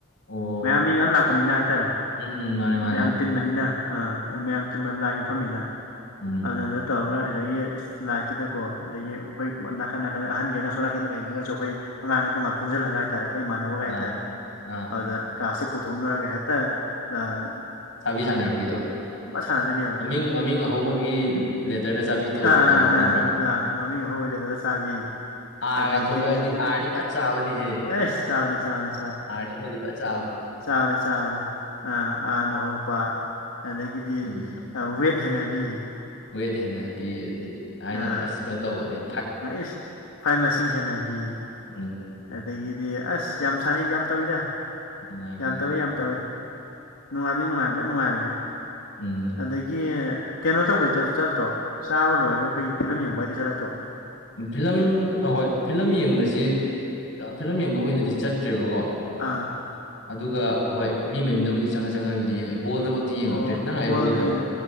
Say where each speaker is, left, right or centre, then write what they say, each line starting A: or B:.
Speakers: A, on the left; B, on the left.
A: ꯑꯣ
B: ꯃꯌꯥꯝ ꯃꯤ ꯃꯌꯥꯝ ꯂꯥꯛꯄꯅꯤꯅ ꯍꯥꯏꯇꯥꯔꯦ
A: ꯎꯝ ꯃꯥꯅꯤ ꯃꯥꯅꯤ
B: ꯃꯌꯥꯝ ꯇꯤꯟꯕꯅꯤꯅ ꯑꯥ ꯑꯗꯨ ꯃꯌꯥꯟ ꯈꯤꯟꯕꯝ ꯂꯥꯏ ꯌꯨꯝꯐꯝꯅꯤꯅ
A: ꯎꯝ
B: ꯑꯗꯨꯗ ꯇꯧꯔꯒ ꯉꯁꯥꯏꯒꯤ ꯂꯥꯏꯠꯇꯨꯗꯀꯣ ꯑꯗꯒꯤ ꯑꯈꯣꯏ ꯅꯥꯀꯟ ꯅꯥꯀꯟꯗ ꯑꯍꯟꯒꯩꯅ ꯑꯁꯣꯟ ꯅꯥꯀꯟꯗ ꯂꯩꯔꯒꯖꯨ ꯑꯩꯈꯣꯏ ꯑꯉꯥꯡꯒꯩ ꯇꯣꯉꯥꯟ ꯄꯨꯟꯖꯤꯜꯂꯒ ꯍꯥꯏꯇꯥꯔꯦ ꯑꯩꯈꯣꯏ ꯏꯃꯥꯟꯅꯕꯒꯩ ꯍꯥꯏꯇꯥꯔꯦ
A: ꯑꯥ ꯑꯥ
B: ꯑꯗꯨꯗ ꯀꯥꯔꯠꯁꯦ ꯄꯨꯊꯣꯛꯅꯔꯒ ꯍꯦꯛꯇ ꯑꯥꯜ
A: ꯆꯥꯕꯤ ꯁꯥꯟꯅꯔꯛꯄꯤꯗꯣ
B: ꯁꯥꯟꯅꯗꯣꯏꯅꯦꯕ
A: ꯃꯃꯤꯡ ꯃꯃꯤꯡ ꯑꯍꯧꯕꯒꯤ ꯂꯦꯇꯔꯗ ꯆꯥꯕꯤ ꯑꯗꯣ
B: ꯑꯥ
A: ꯇꯧꯔꯛꯄ
B: ꯑꯥ ꯑꯥ
A: ꯅꯠꯇ꯭ꯔꯣ
B: ꯑꯥ ꯃꯃꯤꯡ ꯑꯍꯧꯕ ꯂꯩꯇꯗ ꯆꯥꯕꯤ
A: ꯑꯥꯔꯒ
B: ꯑꯗꯒꯤꯗꯤ
A: ꯊꯣꯂꯛꯑꯗꯤ ꯑꯥꯔꯗꯤ ꯐꯟ ꯆꯥꯕꯅꯤꯍꯦ
B: ꯑꯩꯁ ꯆꯥꯕꯅꯦ ꯆꯥꯕꯅꯦ
A: ꯑꯥꯔꯁꯤꯃꯥꯗꯤ ꯐꯖꯟ ꯆꯥ
B: ꯆꯥꯕꯅꯤ ꯆꯥꯕꯅꯤ ꯑꯥ ꯑꯥꯔꯅ ꯍꯧꯕ ꯑꯗꯒꯤꯗꯤ
A: ꯎꯝ
B: ꯑꯥ ꯋꯦꯠ ꯍꯦꯟꯅꯕꯤ
A: ꯋꯦꯠ ꯍꯦꯟꯅꯕꯤ ꯑꯗꯨ ꯍꯥꯏꯅ
B: ꯑꯥ
A: ꯑꯁ ꯐꯟ ꯇꯧꯕꯅꯤ
B: ꯏꯁ ꯐꯥꯏꯠ ꯃꯁꯤꯡ ꯍꯦꯟꯅꯕꯤ
A: ꯎꯝ
B: ꯑꯗꯒꯤꯗꯤ ꯑꯁ ꯌꯥꯝ ꯁꯥꯟꯅꯩ ꯌꯥꯝ ꯇꯧꯋꯤꯗ
A: ꯅꯨꯡꯉꯥꯏꯕꯅꯦ
B: ꯌꯥꯝ
A: ꯑꯗꯨꯝ
B: ꯇꯧꯋꯤ ꯌꯥꯝ ꯇꯧꯋꯤ ꯅꯨꯡꯉꯥꯏꯕꯅꯤ ꯅꯨꯡꯉꯥꯏꯕꯐꯟ ꯅꯨꯡꯉꯥꯏꯕꯅꯤ
A: ꯎꯝ
B: ꯑꯗꯒꯤ ꯀꯩꯅꯣ ꯇꯧꯕꯩ ꯠꯜ ꯆꯠꯇ꯭ꯔꯣ ꯆꯥꯕ ꯂꯣꯏꯔꯒ ꯑꯩꯈꯣꯏꯒꯤ ꯐꯤꯂꯝ ꯌꯦꯡꯕꯒꯗꯤ ꯆꯠꯂꯛꯇ꯭ꯔꯣ
A: ꯐꯤꯂꯝ ꯍꯣꯏ ꯐꯤꯂꯝ ꯌꯦꯡꯕꯖꯤ ꯐꯤꯂꯝ ꯌꯦꯡꯕ ꯑꯣꯏꯅꯗꯤ ꯆꯠꯇ꯭ꯔꯦꯕꯀꯣ
B: ꯑꯥ
A: ꯑꯗꯨꯒ ꯍꯣꯏ ꯃꯤ ꯃꯌꯨꯝꯗꯕꯨꯗꯤ ꯆꯪꯉ ꯆꯪꯉꯒꯕꯨꯗꯤ ꯌꯦꯡꯉꯑꯦ ꯍꯣꯜꯗꯃꯛꯇꯤ ꯌꯦꯡꯉꯛꯇ꯭ꯔꯦ
B: ꯑꯣ
A: ꯅꯪ ꯍꯥꯏ
B: ꯍꯣꯜꯗ
A: ꯍꯣꯜꯗꯔꯣ
B: ꯌꯦꯡꯗ